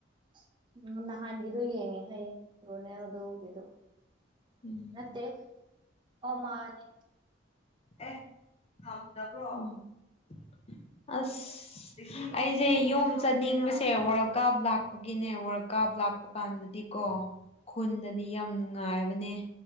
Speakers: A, on the right; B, on the left.
A: <unintelligible> ꯎꯝ ꯅꯍꯥꯟꯒꯤꯗꯣ ꯌꯦꯡꯉꯦ ꯑꯩ ꯔꯣꯅꯦ ꯌꯥꯎꯗꯒꯗꯣ
B: ꯎꯝ
A: ꯅꯠꯇꯦ <unintelligible> ꯑꯣ ꯃꯥꯅꯦ
B: ꯑꯦ ꯊꯗ ꯔꯣꯡ <unintelligible> ꯑꯁ ꯑꯩꯁꯦ ꯌꯣꯝ ꯆꯠꯅꯤꯡꯕꯁꯦ ꯋꯥꯔꯜ ꯀꯞ ꯂꯥꯛꯄꯒꯤꯅꯦ ꯋꯥꯔꯜ ꯀꯞ ꯂꯥꯛꯄ ꯀꯥꯟꯗꯗꯤꯀꯣ ꯈꯨꯟꯗꯗꯤ ꯌꯥꯝ ꯅꯨꯡꯉꯥꯏꯕꯅꯦ